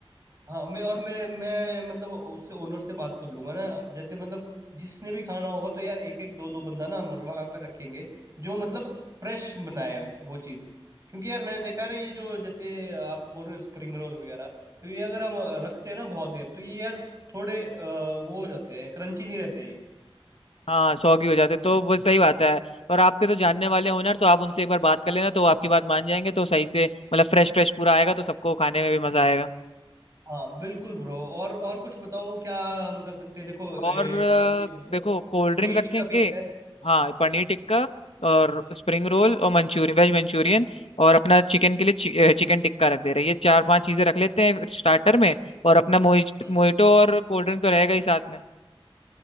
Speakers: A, on the right (about 35°); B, on the left (about 85°).
A: हाँ मैं और मैं मैं मतलब उससे ओनर से बात कर लूंगा ना जैसे मतलब जिसने भी खाना होगा तो यार एक एक दो दो बंदा ना हम वहां पे रखेंगे जो मतलब फ्रेश बनाए वो चीज़ क्योंकि यार मैंने देखा है ना ये जो जैसे आप बोल रहे हो स्प्रिंग रोल वगैरह तो ये अगर हम रखते हैं ना बहुत देर तो ये यार थोड़े अ, वो हो जाते हैं क्रंची नहीं रहते ये
B: हाँ सौगी हो जाते तो वो सही बात है और आपके तो जानने वाले ओनर तो आप उनसे एक बार बात कर लेना तो वो आपकी बात मान जाएंगे तो सही से मतलब फ्रेश फ्रेश पूरा आएगा तो सबको खाने में भी मजा आएगा
A: हाँ बिल्कुल ब्रो और और कुछ बताओ क्या हम कर सकते हैं देखो
B: और
A: ए,
B: अ,
A: प- टी-
B: देखो कोल्ड
A: पनीर
B: ड्रिंक रखेंगे
A: टिक्का फिक्स
B: हाँ पनीर टिक्का और स्प्रिंग रोल और मंचूरियन वेज मंचूरियन और अपना चिकन के लिए चि, अ, चिकन टिक्का रख दे रहे हैं। ये चार पांच चीजें रख लेते हैं स्टार्टर में और अपना मोहिट
A: है
B: मोहिटो और कोल्ड ड्रिंक तो रहेगा ही साथ में